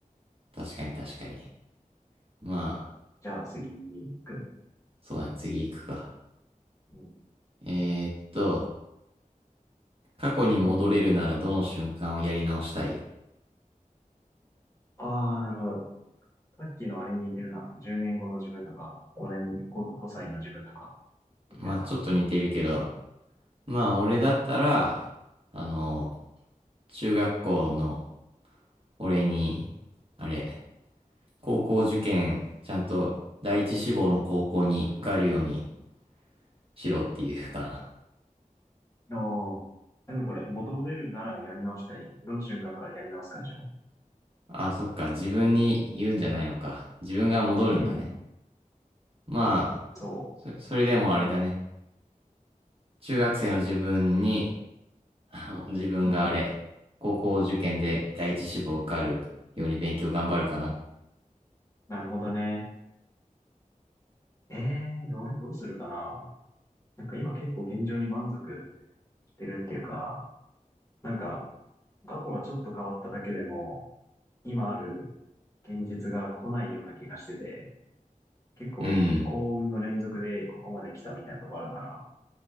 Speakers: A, on the right; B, on the left.
A: 確かに確かに。まあ、
B: じゃあ次に行く。
A: そうだね、次行くか。
B: うん。
A: えーっと、過去に戻れるならどの瞬間をやり直したい
B: ああ、なるほど。さっきのあれに似てるな。10年後の自分とか、5年、5、5歳の自分とか、似てるな。
A: まあちょっと似てるけど、まあ俺だったら、あの、中学校の俺に、あれ、高校受験、ちゃんと第一志望の高校に受かるようにしろっていうかな。
B: おー。あ、でもこれ、戻れるならやり直したい。どの瞬間からやり直すかでしょ
A: あ、そっか、自分に言うんじゃないのか。自分が戻るんだね。
B: うん。
A: まあ、
B: そ
A: そ、それでもあれだね。中学生の自分にあの自分があれ、
B: う。うんうん。
A: 高校受験で第一志望受かるように勉強頑張るかな。
B: なるほどね。ええー、で、俺どうするかな。なんか今結構現状に満足してるっていうか、なんか過去がちょっと変わっただけでも、今ある現実が来ないような気がしてて、結構幸運の連続でここまで来たみたいなとこあるから、
A: うん。